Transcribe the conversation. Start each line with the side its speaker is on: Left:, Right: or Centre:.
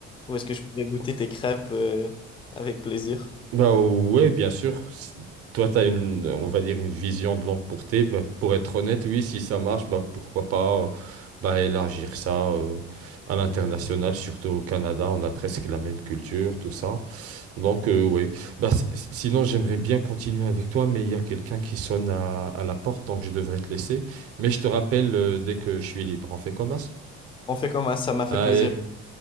Left: ou est-ce que je pourrais goûter tes crêpes euh, avec plaisir?
Right: Bah ouais, bien sûr. Si- Toi, tu as une, on va dire, une vision de longue portée. Bah, pour être honnête, oui, si ça marche, bah pourquoi pas euh, bah, élargir ça euh, à l'international, surtout au Canada, on a presque la même culture, tout ça. Donc, euh, ouais. Bah, si- si- sinon, j'aimerais bien continuer avec toi, mais il y a quelqu'un qui sonne à, à la porte, donc je devrais te laisser. Mais je te rappelle, euh, dès que je suis libre, on fait comme ça.
Left: On fait comme ça, ça m'a fait
Right: Allez,
Left: plaisir.